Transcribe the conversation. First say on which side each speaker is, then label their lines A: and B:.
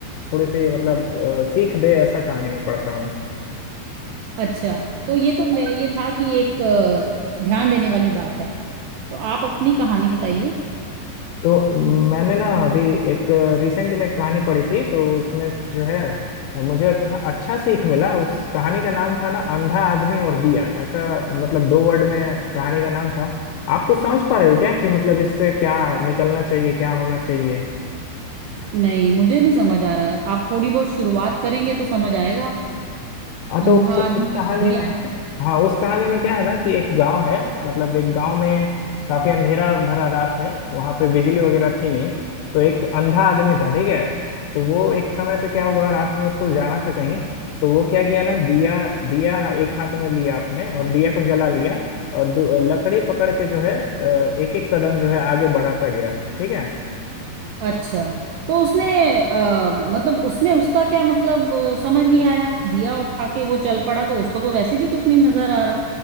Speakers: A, on the left (about 75°); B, on the right (about 90°).
A: थोड़ी सी मतलब अ, सीख दे ऐसा कहानी में पढ़ता हूँ
B: अच्छा तो ये तो मे- ये था कि एक अ, ध्यान देने वाली बात है तो आप अपनी कहानी बताइए
A: तो मैंने ना अभी एक रिसेंट में कहानी पढ़ी थी तो उसमें जो है मुझे अच्छा अच्छा सीख मिला उस कहानी का नाम था ना अंधा आदमी और दिया ऐसा मतलब दो वर्ड में कहानी का नाम था आप कुछ समझ पा रहे हो क्या कि मतलब इससे क्या निकलना चाहिए क्या होना चाहिए
B: नहीं मुझे नहीं समझ आ रहा आप थोड़ी बहुत शुरुआत करेंगे तो समझ आएगा
A: हाँ तो
B: अंधा
A: उस, उस
B: आदमी
A: कहानी
B: और दिया
A: में हाँ उस कहानी में क्या है ना कि एक गांव है मतलब एक गांव में काफी अंधेरा भरा रात है वहां पे बिजली वगैरह थी नहीं तो एक अंधा आदमी था ठीक है तो वो एक समय पे क्या हुआ रात में उसको जाना था कहीं तो वो क्या किया ना दिया दिया एक हाथ में लिया आपने और दिया को जला लिया और दू- लकड़ी पकड़ के जो है एक एक कदम जो है आगे बढ़ाता गया ठीक है
B: अच्छा तो उसने आ, मतलब उसमें उसका क्या मतलब अ, समझ नहीं आया दिया उठा के वो चल पड़ा तो उसको तो वैसे भी कुछ नहीं नजर आ रहा